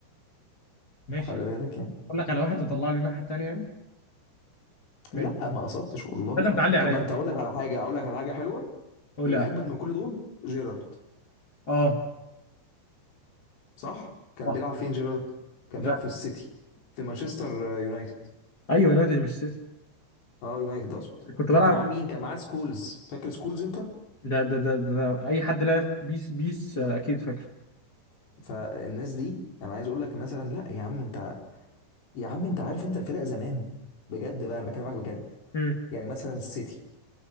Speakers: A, on the left; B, on the left.
A: ماشي
B: خلي بالك يعني
A: اقول لك على واحد تطلع لي الناحيه التانيه يعني ماشي
B: لا ما قصدتش والله
A: لازم اه تعلي عليا
B: طب ما انت اقول لك على حاجه اقول لك على حاجه حلوه
A: قول
B: اللي
A: لي
B: اجمد من كل دول جيرارد
A: اه
B: صح كان
A: صح
B: بيلعب فين جيرارد كان
A: مش
B: بيلعب
A: عارف.
B: في السيتي في مانشستر يونايتد
A: ايوه يونايتد مش سيتي
B: اه يونايتد اقصد
A: كنت
B: كان
A: بلعب
B: معاه مين كان معاه سكولز فاكر سكولز انت
A: ده ده ده, ده اي حد لعب بيس بيس آه، اكيد فاكر
B: فالناس دي انا عايز اقول لك مثلا لا يا عم انت يا عم انت عارف انت الفرق زمان بجد بقى انا بكلمك بجد
A: مم.
B: يعني مثلا السيتي